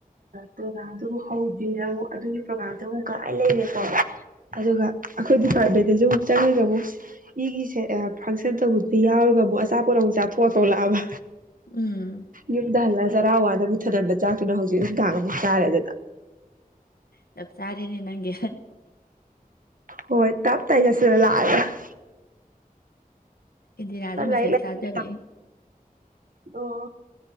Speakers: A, on the right; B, on the left.
A: ꯄ꯭ꯔꯣꯒꯥ꯭ꯔꯝꯗꯨꯕꯨꯨ ꯍꯧꯗ꯭ꯔꯤꯅ ꯑꯃꯨꯛ ꯑꯗꯨꯒꯤ ꯄ꯭ꯔꯣꯒꯥꯥꯝꯗꯨ ꯑꯃꯨꯛ ꯊꯥꯏ ꯂꯩꯔꯦꯀꯣ ꯑꯗꯨꯒ ꯑꯈꯣꯏ ꯗꯤꯄꯥꯔꯠꯃꯦꯟꯗꯁꯨ ꯑꯃꯨꯛ ꯆꯪꯉ <unintelligible> ꯏꯒꯤꯁꯦ ꯐꯪ ꯐꯇꯧꯕꯁꯨ ꯌꯥꯎꯔꯒ ꯑꯃꯨꯛ ꯑꯆꯥꯄꯣꯠ ꯑꯃꯨꯛ ꯆꯥꯊꯣꯛꯑ ꯊꯣꯛꯂꯛꯑꯕ
B: ꯎꯝ
A: ꯌꯨꯝꯗ ꯍꯜꯂ ꯆꯔꯥꯋꯥꯗ <unintelligible> ꯆꯥꯛꯇꯨꯅ ꯍꯧꯖꯤꯛ ꯅꯨꯡꯗꯥꯡ ꯑꯃꯨꯛ ꯆꯥꯔꯦꯗꯅ
B: ꯆꯞ ꯆꯥꯔꯦꯅꯦ ꯅꯪꯒꯤ
A: ꯍꯣꯏ ꯇꯞ ꯇꯥꯏ ꯆꯥꯁꯤꯜꯂ ꯂꯥꯛꯑꯒ
B: ꯏꯟꯗꯤꯔꯥꯁꯨ ꯃꯦꯁꯦꯖ
A: ꯂꯥꯏꯔꯤꯛ ꯂꯥꯏꯁꯨ
B: ꯊꯥꯖꯔꯛꯏ
A: ꯑꯣ